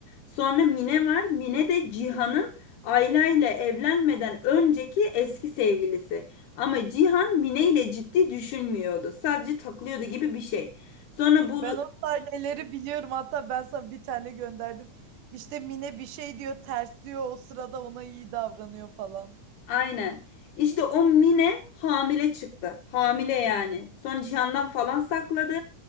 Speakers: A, on the left; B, on the right.
A: Sonra Mine var. Mine de Cihan'ın Ayla ile evlenmeden önceki eski sevgilisi. Ama Cihan Mine ile ciddi düşünmüyordu. Sadece takılıyordu gibi bir şey. Sonra bu
B: Ben o sahneleri biliyorum. Hatta ben sana bir tane gönderdim. İşte Mine bir şey diyor, ters diyor. O sırada ona iyi davranıyor falan.
A: Aynen. İşte o Mine hamile çıktı. Hamile yani. Sonra Cihan'dan falan sakladı.